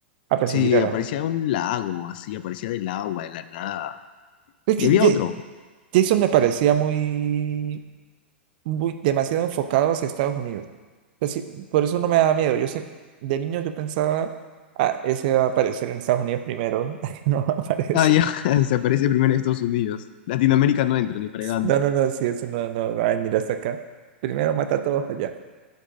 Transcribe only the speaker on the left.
sí,
aparecía
de un lago, así, aparecía del agua, de la nada.
Y
había
otro.
Ah, ya, <laughs> se aparece primero en Estados Unidos. Latinoamérica no entra ni fregando.